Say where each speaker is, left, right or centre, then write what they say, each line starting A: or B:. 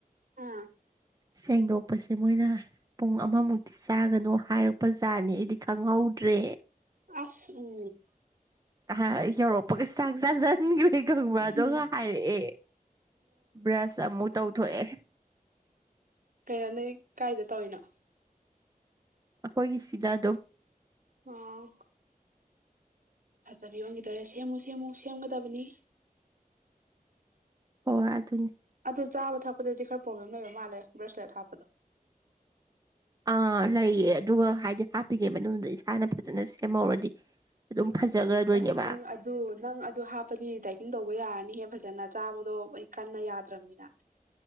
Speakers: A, on the right; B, on the right.
A: ꯑꯥ
B: ꯁꯦꯡꯗꯣꯛꯄꯁꯦ ꯃꯣꯏꯅ ꯄꯨꯡ ꯑꯃꯃꯨꯛꯇꯤ ꯆꯥꯒꯅꯨ ꯍꯥꯏꯔꯛꯄ ꯖꯥꯠꯅꯤ ꯑꯩꯗꯤ ꯈꯪꯍꯧꯗ꯭ꯔꯦ
A: ꯑꯁ ꯎ
B: ꯑ ꯌꯧꯔꯄꯒ ꯆꯖꯥꯖꯅꯤꯡ ꯍ ꯈꯪꯕꯗ
A: ꯎꯝ
B: ꯍꯥꯏꯔꯛꯑꯦ ꯕ꯭ꯔꯁ ꯑꯃꯨꯛ ꯇꯧ ꯊꯣꯏꯋ
A: ꯀꯩꯅꯣ ꯅ ꯀꯥꯏꯗ ꯇꯧꯔꯤꯅꯣ
B: ꯑꯩꯈꯣꯏꯒꯤ ꯁꯤꯗꯗꯣ
A: ꯑꯣ ꯐꯠꯇꯕꯤ ꯌꯣꯟꯈꯤꯗꯣꯔꯦ ꯁꯦꯝꯃꯨ ꯁꯦꯝꯃꯨ ꯁꯦꯝꯒꯗꯕꯅꯤ
B: ꯍꯣꯏ ꯑꯗꯨ ꯑꯗꯨꯅꯤ
A: ꯑꯗꯨ ꯆꯥꯕ ꯊꯛꯄꯗꯗꯤ ꯈꯔ ꯄ꯭ꯔꯣꯕ꯭ꯂꯦꯝ ꯂꯩꯕ ꯃꯥꯜꯂꯦ ꯕ꯭ꯔꯦꯁꯂꯦꯠ ꯍꯥꯞꯄꯗꯣ
B: ꯑꯥ ꯂꯩꯌꯦ ꯑꯗꯨꯒ ꯍꯥꯏꯗꯤ ꯍꯥꯞꯄꯤꯒꯦ ꯃꯅꯨꯡꯗꯨꯗ ꯏꯁꯥꯅ ꯐꯖꯅ ꯁꯦꯝꯍꯧꯔꯗꯤ ꯑꯗꯨꯝ ꯐꯖꯈ꯭ꯔꯗꯣꯏꯅꯦꯕ
A: ꯑꯁ ꯅꯪ ꯑꯗꯨ ꯅꯪ ꯑꯗꯨ ꯍꯥꯞꯄꯒꯤꯅꯦꯗꯥ ꯏꯤꯡ ꯇꯧꯕ ꯌꯥꯔꯅꯤꯍꯦ ꯐꯖꯅ ꯆꯥꯕꯗꯣ ꯑꯩ ꯀꯟꯅ ꯌꯥꯗ꯭ꯔꯕꯅꯤꯅ